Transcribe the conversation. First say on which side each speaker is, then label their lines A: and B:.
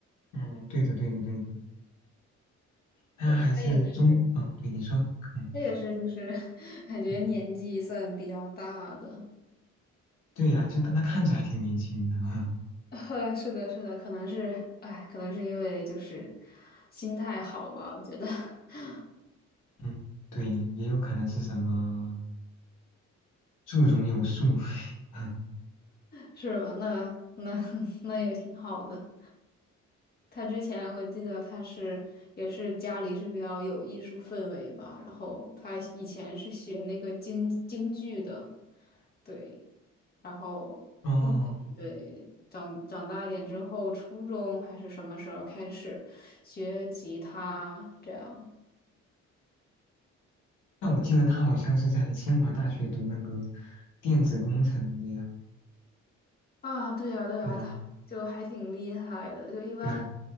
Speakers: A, on the left; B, on the left.
A: 嗯，对的对的对的，他还是中，
B: 对。他也是。
A: 嗯，对你说，嗯
B: 这也是就是 <laughs> 感觉年纪算比较大的，
A: 嗯，对呀、就但他看着还挺年轻的。<laughs>
B: <laughs> 呃，是的，是的，可能是，哎，可能是因为就是心态好吧，我觉得 <laughs>
A: 嗯，对，也有可能是什么树中有树。<laughs>
B: 是吧？那那 <laughs> 那也挺好的。他之前我记得他是也是家里是比较有艺术氛围吧，然后他以前是学那个京京剧的，对，然后。
A: 哦，
B: 对，长长大一点之后，初中还是什么时候开始学吉他这样
A: 那我记得他好像是在清华大学读那个电子工程的呀。
B: 啊？对啊，对啊，
A: 对呀，
B: 他 <laughs> 就还挺厉害的，就一般
A: 对呀，